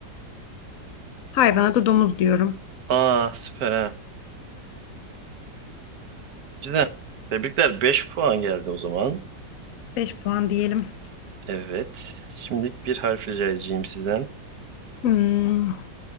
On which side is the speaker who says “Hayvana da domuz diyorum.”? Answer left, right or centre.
Left